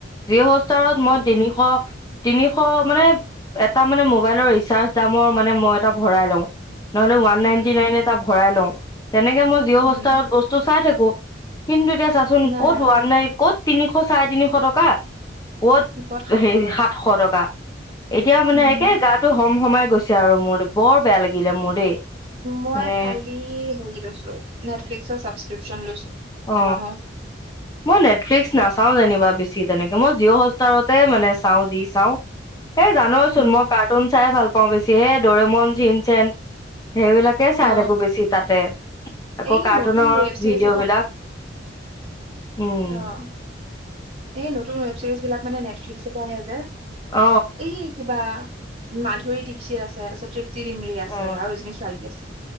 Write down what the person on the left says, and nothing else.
যিঅহটষ্টাৰত
মই তিনিশ। তিনিশ মানে এটা মানে মোবাইলৰ ৰিচাৰ্জ দামৰ মানে মই এটা ভৰাই লওঁ। নহলে ওৱান
নাইনটি নাইন এটা ভৰাই লওঁ তেনেকে মই জিঅ'
হটষ্টাৰত বস্তু চাই থাকো। কিন্তু এতিয়া চাচোন
ক'ত ওৱান নাই ক'ত তিনিশ চাৰে তিনিশ টকা। ক'ত
হে
সাতশ টকা। এতিয়া মানে
একে গাটো হম হমাই গৈছে আৰু মোৰ বৰ বেয়া লাগিলে মোৰ দেই।
মানে
অ
মই নেটফ্লিক্স নাচাওঁ যেনিবা বেছি তেনেকে মই জিঅ হষ্টাৰতে মানে চাওঁ যি চাওঁ। এ জানোচোন
মই কাৰ্টুন চাই ভাল পাওঁ বেছি হ দৰেমন চিন চেন। সেইবিলাকে চাই
থাকো বেছি তাতে আকৌ
কাৰ্টুনৰ
ভিডিঅ' বিলাক। উম
অ
অ